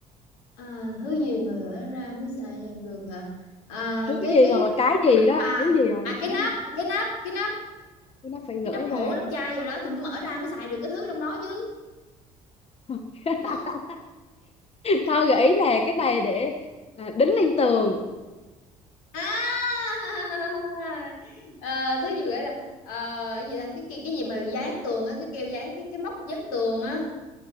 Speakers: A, on the left; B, on the left.
A: à, thứ gì mà gỡ ra mới xài dùng được hả à,
B: Thứ
A: cái
B: gì
A: cái
B: hoặc là cái gì đó,
A: à
B: thứ gì hoặc
A: à
B: là
A: cái
B: cái
A: nắp
B: gì.
A: cái nắp cái nắp
B: cái nó phải gỡ
A: cái nắp
B: ra
A: hũ nắp chai gì đó thì mới mở ra mới xài được cái thứ trong đó chứ
B: <laughs>
A: đúng không
B: tao gợi ý nè cái này để à, đính lên tường
A: à <laughs> Ờ, thứ gì gọi là ờ, cái gì là cái, cái cái gì mà dán tường á cái keo dán cái cái móc dán tường á